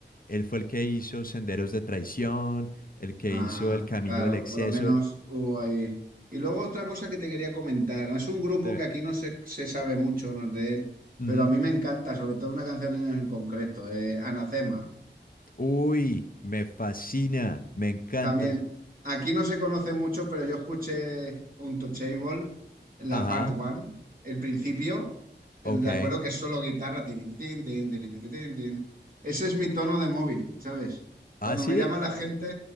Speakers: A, on the left (about 50°); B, on the right (about 50°).
A: Él fue el que hizo Senderos de Traición, el que
B: Ah,
A: hizo El Camino
B: claro,
A: del Exceso.
B: por lo menos
A: el-
B: hubo ahí. Y luego otra cosa que te quería comentar, ¿no? es un grupo
A: de-
B: que aquí no se, se sabe mucho, no es de él,
A: Ujú.
B: pero a mí me encanta, sobre todo una canción en concreto, eh, Anacema.
A: Uy, me fascina, me encanta.
B: También,
A: ese-
B: aquí no se conoce mucho, pero yo escuché un Touchable, la
A: Ajá,
B: part one, el principio,
A: ok.
B: el de acuerdo que es solo guitarra. tirititín, tin, tirititín, tin. tin, tin, tin. Ese es mi tono de móvil, ¿sabes?
A: ¿Ah,
B: Cuando
A: sí?
B: me llama la gente,